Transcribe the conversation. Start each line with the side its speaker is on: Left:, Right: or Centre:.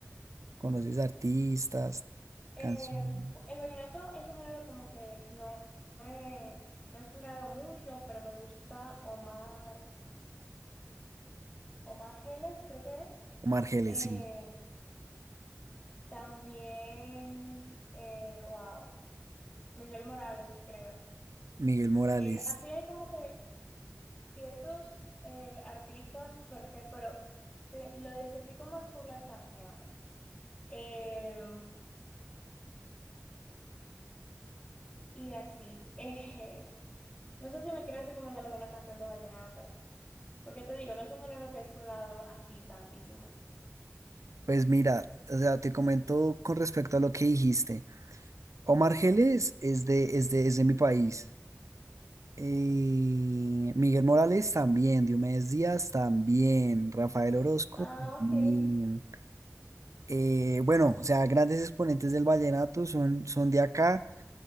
Right: conoces artistas,
Left: Eh,
Right: canciones.
Left: el vallenato es un género como que no, he, no he explorado mucho, pero me gusta Omar, Omar Geles, creo que es.
Right: Omar Geles,
Left: Eh,
Right: sí,
Left: también, eh, wow. Miguel Morales, creo.
Right: Miguel Morales.
Left: Eh, así hay como que ciertos eh, artistas per se, pero te- lo identifico más por las canciones. Eh, y así. <laughs> Eh, no sé si me quieres recomendar alguna canción de vallenato, porque te digo, no es un género que he explorado así tantísimo.
Right: Pues mira, o sea, te comento con respecto a lo que dijiste. Omar Geles es de, es de, es de mi país. Eh, Miguel Morales también, Diomedes Díaz también, Rafael Orozco
Left: Ah,
Right: también.
Left: ok.
Right: Eh, bueno, o sea, grandes exponentes del vallenato son, son de acá,